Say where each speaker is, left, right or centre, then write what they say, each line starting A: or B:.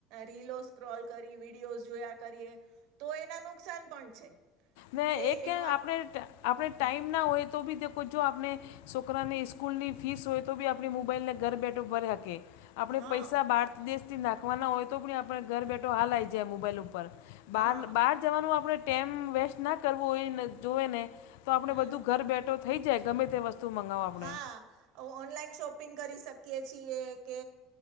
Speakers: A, on the right; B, on the left.
A: રીલો સ્ક્રોલ કરી વિડીયોસ જોયા કરીએ તો એના નુકસાન પણ છે.
B: ને
A: કે
B: એક
A: એનો
B: આપણે આપણે ટાઈમ
A: હા
B: ના હોય તો ભી દો જો આપને છોકરાને સ્કૂલની ફીસ હોય તો બી આપણી મોબાઈલને ઘર બેઠો ભરે હકે આપણે
A: હા
B: પૈસા બાર દેશથી નાખવાના હોય તો પણ ઘર બેઠો હાલ જાય મોબાઈલ ઉપર
A: હા
B: બાર બહાર જવાનું આપણે ટાઈમ વેસ્ટ ના કરવું હોયને તોએ ને તો આપણે
A: હમ
B: બધું ઘર બેઠો થઈ જાય ગમે તે વસ્તુ મંગાવો આપણે
A: હા ઓનલાઈન શોપિંગ કરી શકીએ છીએ કે